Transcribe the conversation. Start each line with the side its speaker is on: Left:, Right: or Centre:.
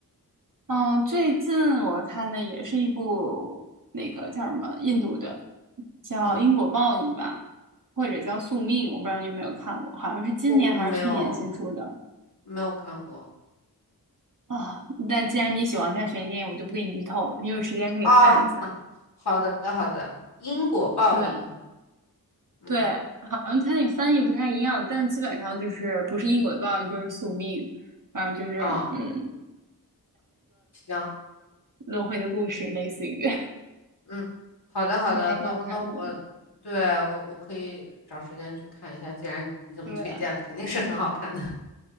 Right: 嗯，最近我看的也是一部那个叫什么印度的，叫《因果报应》吧，
Left: 嗯，
Right: 或者叫《宿命》，我不知道你有没有看过，好像是今年还是去年新出的
Left: 我我没有没有看过
Right: 啊。但既然你喜欢看悬疑电影，我就不给你剧透了，你有时间可以看一下。
Left: 啊。好的好的，因果报应啊。
Right: 对
Left: 嗯
Right: 对，好像它那翻译不太一样，但基本上就是不是因果的报应就是宿命，反正就是嗯
Left: 啊，行，
Right: 轮回的故事，类似于
Left: 嗯，好的好的，
Right: <laughs> 就还挺好看的。
Left: 那那我对我我可以找时间去看一下。既然你这么推荐了，
Right: 对，
Left: 肯定是很好看的。<laughs>